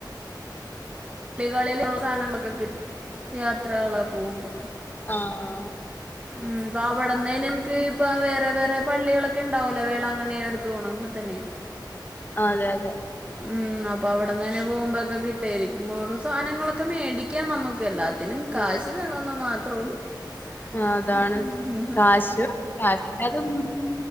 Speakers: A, on the right; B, on the left.
A: ട്ടികളില്ള്ള സാനങ്ങളൊക്കെ കിട്ടും യാത്രകളോക്കെ പൂവുമ്പം
B: ആഹ്
A: ഉം പ്പവടന്നെ നമ്ക്ക് ഇപ്പ വേറെ വേറെ പള്ളികളൊക്കെ ഇണ്ടാവല്ലോ. വേളാകണ്ണി അട്ത്ത് പോണോമ്പത്തന്നെ
B: ആഹ് അതെ അതെ
A: ഉം. അപ്പ അവിടന്നെ പൂവുമ്പ ഒക്കെ കിട്ടേരി ഇമ്മോടും സാധനങ്ങളൊക്കെ മേടിക്കാം നമ്ക്ക്. എല്ലാത്തിനും കാശ്
B: ഉം
A: വേണന്ന് മാത്രൊള്ളൂ. <inaudible>
B: ആഹ് അതാണ് കാശ് കാശില്ലാതൊന്നും